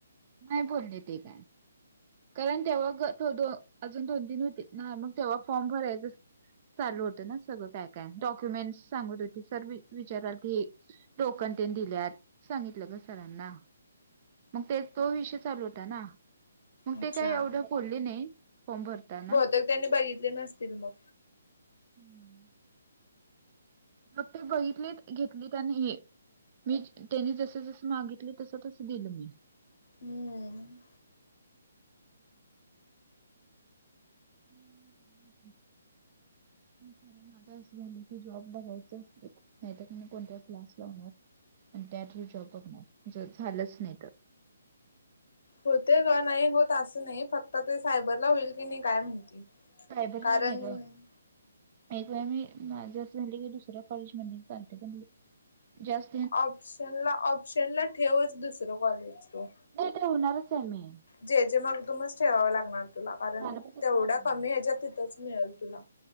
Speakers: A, on the right; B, on the left.
A: नाही बोलली ते काय कारण तेव्हा दो अजून दोन तीन होते नाही मग तेव्हा फॉर्म भरायचं चालू होत ना सगळं पॅक डॉक्युमेंट्स सांगत होते सर् विचारल क टोकन त्यां दिल्यात सांगितलं का सरांना मग ते तो विषय चालू होता ना मग
B: अच्छा.
A: ते काही एवढं फोलले नाही फॉर्म भरताना
B: बहुतेक त्यांनी बघितले नसतील मग
A: हम्म मग ते बघितली घेतली त्यांनी हे मी त्यांनी जस जसं मागितलं तस तस दिलं मी
B: हम्म.
A: हम्म ब र आता असं झालं की जॉब बघायचं एकटक कोणत्या क्लासला होणार आणि त्या ्रू ज बघणार ज झालंच नाही तर
B: होते ग नाही होत असं नाही फक्त ते सायबरला होईल की नाही काय माहिती
A: प्रयबरीला
B: कारण
A: नाहीघ एक वेळा मी माझ झाली की दुसऱ्या कॉलेज मध्ये चालते पणत
B: ऑप्शन ला ऑप्शन ला ठेवच दुसरं कॉलेज तू
A: नाही ते होणारच आहे मी
B: जे जे मगदमच ठेवावे लागणार तुला कारण
A: मला पण तसं
B: तेवढ्या
A: वाटायला
B: कमी ह्याच्या तिथंच मिळेल तुला